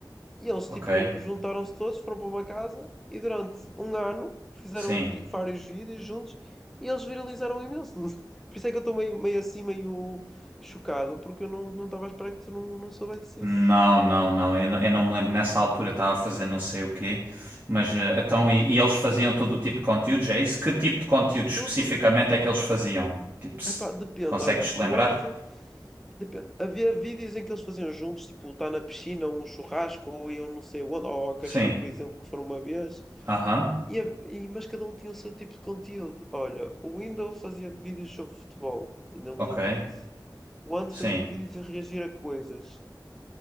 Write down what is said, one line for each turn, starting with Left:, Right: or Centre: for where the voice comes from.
Centre: E eles,
Right: ok,
Centre: tipo, juntaram-se todos, foram para uma casa e durante um ano fizeram
Right: sim.
Centre: vi- vários vídeos juntos e eles viralizaram imenso. <laughs> Por isso é que eu estou meio, meio assim, meio chocado, porque eu não não estava à espera que tu não, não soubesse
Right: Não,
Centre: isso.
Right: não, não. Eu, não eu não me lembro. Nessa altura eu estava a fazer não sei o quê. Mas eh, então, e, e eles faziam todo o tipo de conteúdos, é isso? Que tipo de conteúdo
Centre: Sim,
Right: especificamente
Centre: tudo.
Right: é que eles faziam? Tipo, se-
Centre: Epá, depende,
Right: consegues-te
Centre: olha,
Right: lembrar?
Centre: o Ante, depende. Havia vídeos em que eles faziam juntos, tipo, estar na piscina, ou um churrasco, ou iam não sei onde, ou ao cachorro,
Right: Sim.
Centre: por exemplo, que foram uma vez,
Right: Aham.
Centre: e, a- e- mas cada um tinha o seu tipo de conteúdo. Olha, o Windows fazia vídeos sobre futebol, ainda me
Right: Ok.
Centre: lembro disso. O Ante
Right: Sim.
Centre: fazia vídeos a reagir a coisas.